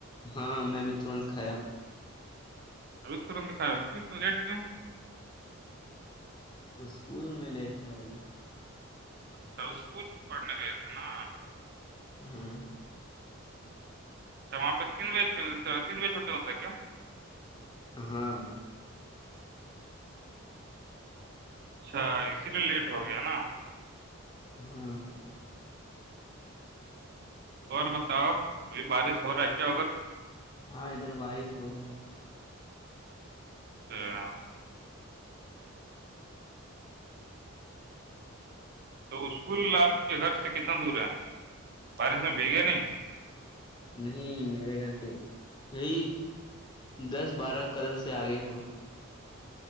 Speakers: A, on the left (about 20°); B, on the right (about 45°).
A: ہاں میں بھی تھڈا کھایا ہو
B: اب تو ر کاتنا لیٹ کیوں
A: وہ اسکول میں لیٹتے آ رہی
B: اچھا اسکول پڑھنے کا تھ نا
A: ہاں
B: اچھااںہ تین ویج تین ویج چھوٹے ہوتا ہے کیا
A: ہاں
B: اچھا اسی لیے لیٹ ہو گیا نا
A: ہاں
B: اور بتاؤ ابھی بارش ہو رہا ہے کیا ادگر
A: ہاں ادھر بارس ہو رہا ہے
B: اچھا تو اسکول آپ کے گھر سے کتنا دور ہے بارش میں بھیگیا نہیں
A: نہیں میرے گھر کے یہی دس بارہ قدم سے آگے ہوگا